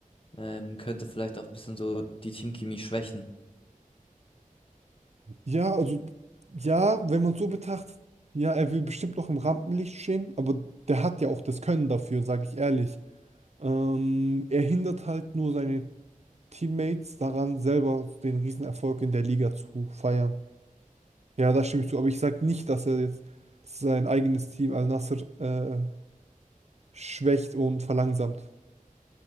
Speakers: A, on the left; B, on the right.
A: ähm, könnte vielleicht auch ein bisschen so die Teamchemie schwächen.
B: Ja, also ja, wenn man es so betrachtet, ja, er will bestimmt noch im Rampenlicht stehen, aber der hat ja auch das Können dafür, sage ich ehrlich. Ähm, er hindert halt nur seine Teammates daran, selber den Riesenerfolg in der Liga zu feiern. Ja, da stimme ich zu. Aber ich sage nicht, dass er jetzt sein eigenes Team Al-Nassr äh, schwächt und verlangsamt.